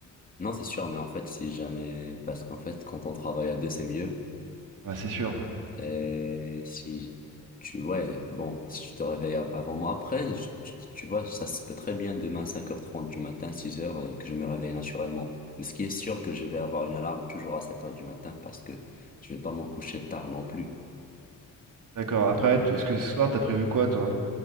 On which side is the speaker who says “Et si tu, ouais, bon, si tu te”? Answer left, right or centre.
Left